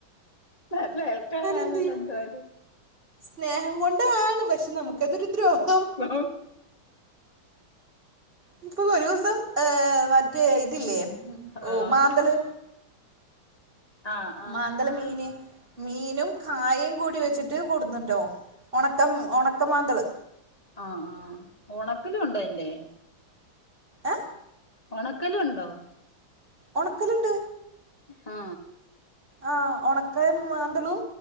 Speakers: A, on the left (about 20°); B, on the right (about 25°).
A: നല്ല അയൽക്കാരാണല്ലോ
B: എന്ത് ചെയ്യും
A: എന്തുവായാലും
B: സ്നേഹം കൊണ്ടാണ് പക്ഷെ നമുക്കതൊരു ദ്രോഹ-
A: ആ
B: ഇപ്പൊ ഒരു ദിവസം മറ്റേ ഇതില്ലേ
A: ആഹ്
B: ഓ മാന്തള്
A: ആഹ് ആഹ്
B: മാന്തള് മീന് മീനും കായും കൂടി വെച്ചിട്ട് കൊടുന്ന്ട്ടോ ഉണക്കം ഉണക്ക മാന്തള്
A: ആ ആ ഉണക്കലും ഉണ്ടോ അയിന്റെ
B: ഏ
A: ഒണ ക്കലുണ്ടോ
B: ഉണക്കലുണ്ട്
A: ആ
B: ആ ഒണക്ക മാന്തളും